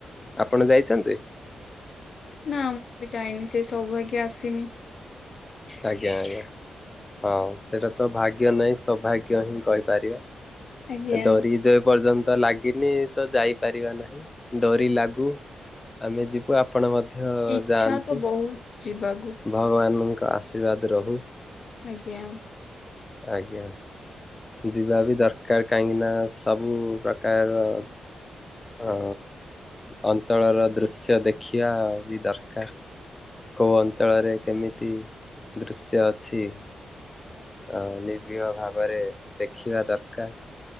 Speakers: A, on the left (about 25°); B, on the left (about 55°).
A: ଆପଣ ଯାଇଛନ୍ତି?
B: ନା ମୁଁ ବି ଯା ସେ ସୌଭାଗ୍ୟ ଆସିନି।
A: ଆଜ୍ଞା ଆଜ୍ଞା ହଁ ସେଇଟା ତ ଭାଗ୍ୟ ନାହିଁ ସୌଭାଗ୍ୟ ହିଁ କହିପାରିବା।
B: ଆଜ୍ଞା।
A: ଡୋରି ଯେ ପର୍ଯ୍ୟନ୍ତ ତ ଲାଗିନି ତ ଯାଇପାରିବା ନାହିଁ ଡୋରି ଲାଗୁ ଆମେ ଯିବୁ ଆପଣ ମଧ୍ୟ
B: ଇଚ୍ଛା
A: ଯାଆନ୍ତୁ
B: ତ ବହୁତ ଯିବାକୁ
A: ଭଗବାନଙ୍କ ଆଶୀର୍ବାଦ ରୋହୁ।
B: ଆଜ୍ଞା।
A: ଆଜ୍ଞା। ଯିବା ବି ଦରକାର କାହିଁକି ନା ସବୁ ପ୍ରକାରର ଅ ଅଞ୍ଚଳର ଦୃଶ୍ୟ ଦେଖିଆ ବି ଦରକାର। କୋଉ ଅଞ୍ଚଳରେ କେମିତି ଦୃଶ୍ୟ ଅଛି। ଅ ନିର୍ବିହ ଭାବରେ ଦେଖିବା ଦରକାର।